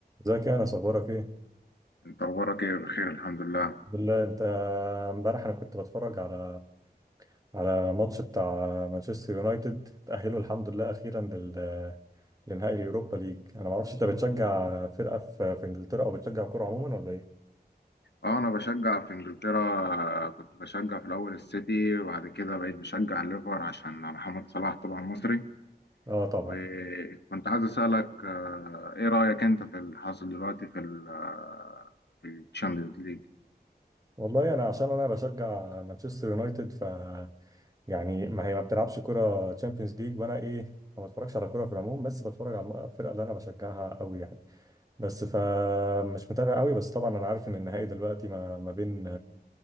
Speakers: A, on the right; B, on the left.
A: ازيك يا انس اخبارك ايه؟
B: انت اخبارك ايه بخير الحمد لله
A: بالله انت امبارح انا كنت بتفرج على على ماتش بتاع مانشستر يونايتد تأهلوا الحمد لله اخيرا لل لنهائي اليوروبا ليج انا ما اعرفش انت بتشجع فرقة في في انجلترا او بتشجع كورة عموما ولا ايه؟
B: اه انا بشجع في انجلترا كنت بشجع في الاول السيتي وبعد كده بقيت بشجع الليفر عشان محمد صلاح طبعا مصري
A: اه طبعا
B: وكنت عايز اسالك آه، ايه رايك انت في اللي حاصل دلوقتي في ال آه، في الشامبيونز ليج
A: والله انا عشان انا بشجع مانشستر يونايتد ف يعني ما هي ما بتلعبش كرة تشامبيونز ليج وانا ايه ما بتفرجش على كرة في العموم بس بتفرج على الفرقة اللي انا بشجعها قوي يعني بس فمش متابع قوي بس طبعا انا عارف ان النهائي دلوقتي ما ما بين